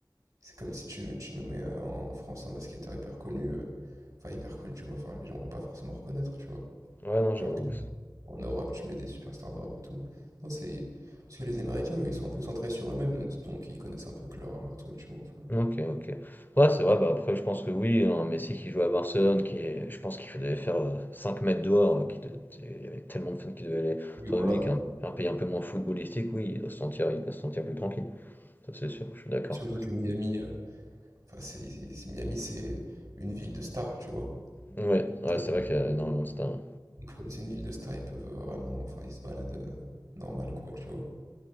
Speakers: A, on the right; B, on the left.
A: c'est comme si tu, tu nous mets euh, en France un basketteur hyper connu, euh, enfin hyper connu, tu vois, enfin les gens vont pas forcément reconnaître, tu vois.
B: Ouais, non,
A: Alors
B: j'avoue.
A: qu'en Europe, tu mets des superstars d'Europe et tout. Non, c'est parce que les Américains, eux, ils sont un peu centrés sur eux-mêmes, donc ils connaissent un peu que leur, leur truc, tu vois. enfin.
B: Ok, ok. Ouais, c'est vrai, bah après, je pense que oui, un Messi qui joue à Barcelone, qui est, je pense qu'il devait faire euh, 5 mètres dehors, euh, qui de- il y avait tellement de fans qui devaient aller
A: Oui,
B: autour
A: voilà.
B: de lui, qu'un un pays un peu moins footballistique, oui, il doit se sentir, il doit se sentir plus tranquille. Ça, c'est sûr, je suis d'accord.
A: Surtout que Miami, euh, enfin c'est c'est- c'est- Miami, c'est une ville de stars, tu vois.
B: Ouais,
A: Donc
B: ouais, c'est vrai qu'il y
A: euh,
B: a énormément de stars.
A: Et Comme c'est une ville de stars, ils peuvent vraiment. Enfin, ils se baladent euh, normal, quoi, tu vois.